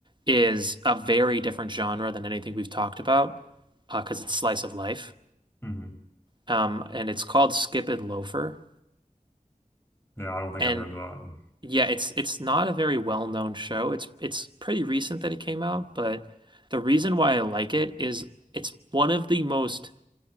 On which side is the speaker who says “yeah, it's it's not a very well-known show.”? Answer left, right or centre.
Right